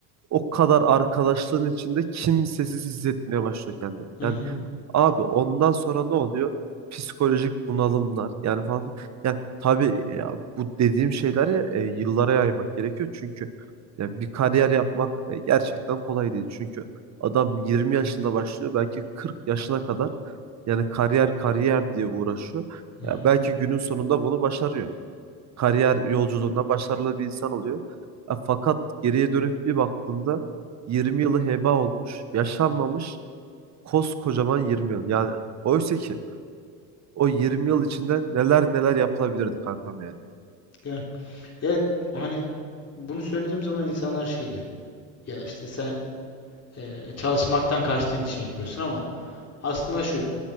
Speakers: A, on the right; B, on the left.
A: o kadar arkadaşlığın içinde kimsesiz hissetmeye başlıyor kendini.
B: Hı
A: Yani
B: hı,
A: abi ondan sonra ne oluyor? Psikolojik bunalımlar yani falan. filan. Yani tabii ya bu dediğim şeyleri e, yıllara yaymak gerekiyor. Çünkü ya bir kariyer yapmak e, gerçekten kolay değil. Çünkü adam 20 yaşında başlıyor belki 40 yaşına kadar yani kariyer kariyer diye uğraşıyor.
B: hı
A: Ya
B: hı.
A: belki günün sonunda bunu başarıyor kariyer yolculuğunda başarılı bir insan oluyor. E, fakat geriye dönüp bir baktığımda 20 yılı heba olmuş, yaşanmamış koskocaman 20 yıl. Yani oysa ki o 20 yıl içinde neler neler yapılabilirdi kankam yani.
B: Yani, yani hani bunu söylediğim zaman insanlar şey diyor. Ya işte sen e, çalışmaktan kaçtığın için yapıyorsun ama aslında şu